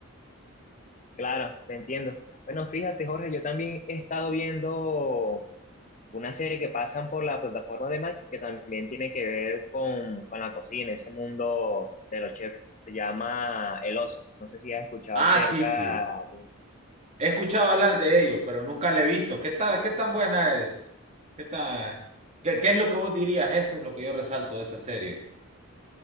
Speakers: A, on the left (about 35°); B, on the right (about 35°).
A: Claro, te entiendo. Bueno, fíjate, Jorge, yo también he estado viendo una serie que pasan por la plataforma de Max que también tiene que ver con, con la cocina, ese mundo de los chefs. Se llama El Oso. No sé si has escuchado
B: Ah,
A: acerca.
B: sí, sí.
A: de-
B: He escuchado hablar de ello, pero nunca la he visto. ¿Qué tal, qué tan buena es? ¿Qué tan, qué, qué es lo que vos dirías? Esto es lo que yo resalto de esa serie.